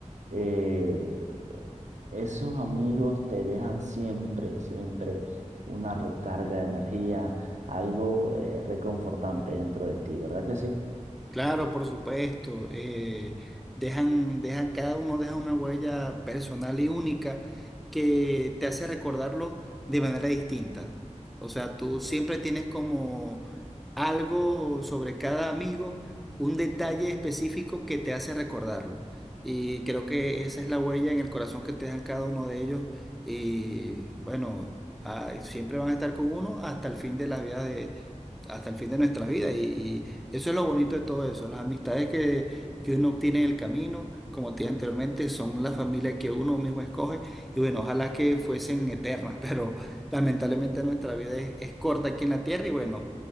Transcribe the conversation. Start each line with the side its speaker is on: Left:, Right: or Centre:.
Right: eh, esos amigos te dejan siempre, siempre una recarga de energía, algo eh, reconfortante dentro de ti, ¿verdad que sí?
Centre: Claro, por supuesto. eh, dejan, dejan, cada uno deja una huella personal y única que te hace recordarlo de manera distinta. O sea, tú siempre tienes como algo sobre cada amigo, un detalle específico que te hace recordarlo. Y creo que esa es la huella en el corazón que te dejan cada uno de ellos. Y bueno, ah, siempre van a estar con uno hasta el fin de la vida de, hasta el fin de nuestra vida. Eso es lo bonito de todo eso. Las amistades que, que uno obtiene en el camino, como te dije anteriormente, son la familia que uno mismo escoge. Y bueno, ojalá que fuesen eternas, <laughs> pero lamentablemente nuestra vida es, es corta aquí en la tierra. Y bueno,